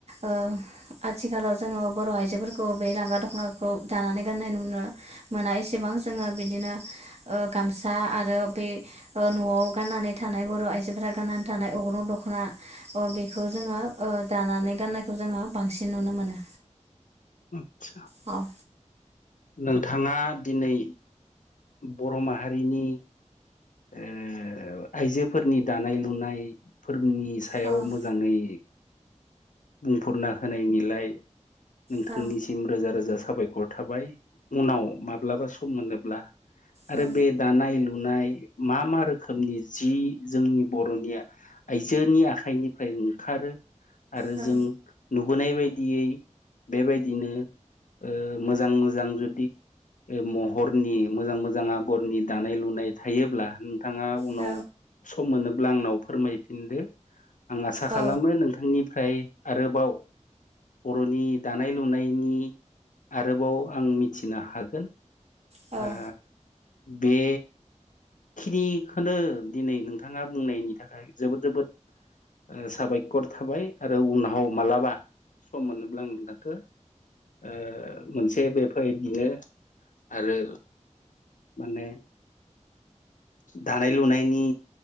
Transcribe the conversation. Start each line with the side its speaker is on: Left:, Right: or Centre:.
Right: ओ आथिखालाव जोङो बर' आइ जोफोरखौ बे लांगा दख'नाखौ दानानै गाननाय नुनो मोना एसेबां जोङो बिदिनो ओ गामसा आरो बे ओ न'आव गाननानै थानाय बर' आइजोफोरा गाननानै थानाय अग्रं दख' ना अ बेखौ जोङो ओ दानानै गाननायखौ जोङो बांसिन नुनो मोनो।
Left: आथ्सा
Right: औ
Left: नोंथाङा दिनै बर' माहारिनि ओ आइजोफोरनि दानाय लुनायफोर नि सायाव
Right: औ
Left: मोजाङै बुंफुरना होनायनिलाय नोंथांनिसिम
Right: औ
Left: रोजा रोजा साबायखर थाबाय उनाव माब्लाबा सम मोनोब्ला आरो
Right: औ
Left: बे दानाय लु नाय मा मा रोखोमनि जि जोंनि बर'नि आइजोनि आखाइनिफ्राय ओंखारो आरो
Right: औ
Left: जों नु बोनाय बायदियै बेबायदिनो ओ मोजां मोजां जुदि ओ महरनि मोजां मोजां आगरनि दानाय लुनाय थायोब्ला नोंथाङा उनाव
Right: औ
Left: सम मोनोब्ला आंनाव फोरमायफिनदो आं आसा
Right: औ
Left: खालामो नोंथांनिफ्राय आरोबाव बर'नि दानाय लुनायनि आरोबाव आं मिथिनो हागोन
Right: औ
Left: ओ बे ख्रिखौनो दिनै नोंथाङा बुंनायनि थाखाय जोबोद जोबोद ओ साबायखर थाबाय आरो उनहाव मालाबा सम मोनोब्ला नोंथांखो ओ मोनसे बेफायदिनो आरो माने दानाय लुनायनि